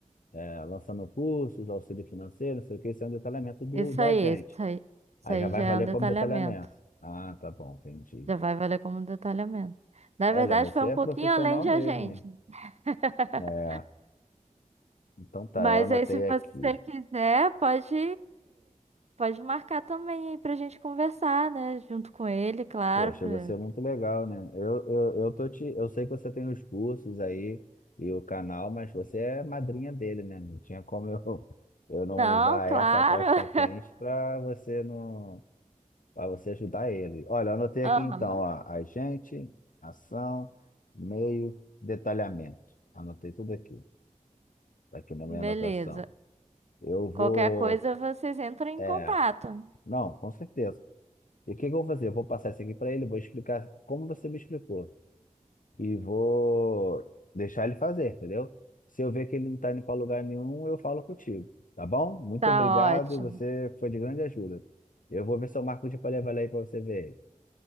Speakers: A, on the left; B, on the right.
A: eh, lançando cursos, auxílio financeiro, não sei o que, isso é um detalhamento do,
B: isso
A: do
B: aí,
A: agente.
B: isso aí, isso
A: Aí
B: aí
A: já vai
B: já
A: valer
B: é um detalhamento.
A: como detalhamento. Ah, tá bom, entendi.
B: Já vai valer como um detalhamento. Na
A: Olha,
B: verdade,
A: você
B: foi um
A: é
B: pouquinho
A: profissional
B: além de
A: mesmo,
B: a gente.
A: hein?
B: <laughs>
A: É, então tá,
B: Mas
A: eu anotei
B: aí, se você
A: aqui.
B: quiser, pode, pode marcar também aí pra gente conversar, né? Junto com ele, claro.
A: Poxa,
B: pra-
A: você é muito legal, né? Eu, eu, eu tô te, eu sei que você tem os cursos aí e o canal, mas você é madrinha dele, né? Não tinha como eu, <laughs> eu não
B: Não,
A: usar
B: claro.
A: essa costa
B: <laughs>
A: quente para você não, para você ajudar ele. Olha, eu anotei aqui
B: Aham,
A: então, ó, agente, ação, meio, detalhamento. Anotei tudo aqui, tá aqui na
B: beleza.
A: minha anotação. Eu vou,
B: Qualquer coisa vocês entram em
A: é,
B: contato.
A: não, com certeza. E o que que eu vou fazer? Eu vou passar isso aqui para ele, vou explicar como você me explicou. e vou deixar ele fazer, entendeu? Se eu ver que ele não tá indo para lugar nenhum, eu falo contigo, tá bom? Muito
B: Tá
A: obrigado,
B: ótimo.
A: você foi de grande ajuda. Eu vou ver se eu marco de para levar ele aí para você ver.